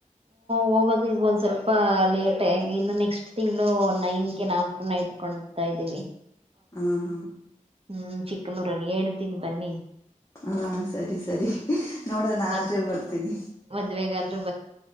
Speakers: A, on the right (about 45°); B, on the left (about 25°).
A: ಹೋಗೋದು ಈಗ ಒಂದ್ ಸ್ವಲ್ಪ ಲೇಟ್ ಆ ಇನ್ನು ನೆಕ್ಸ್ಟ್ ತಿಂಗಳು ನೈನ್ಗೆ ನಾಮಕೂನ ಇಟ್ಕೊತಾ ಇದೀವಿ
B: ಹ ಹಾ
A: ಹ್ಮ್ ಚಿಕ್ಕಲೂರಲ್ಲಿ ಹೇಳ್ತೀನಿ ಬನ್ನಿ
B: ಹಾ ಸರಿ ಸರಿ ನೋಡೋಣ
A: ಮದ್
B: ಆದೆ ಬರ್ತೀನಿ
A: ಮದ್ವೆಗಾದ್ರೂ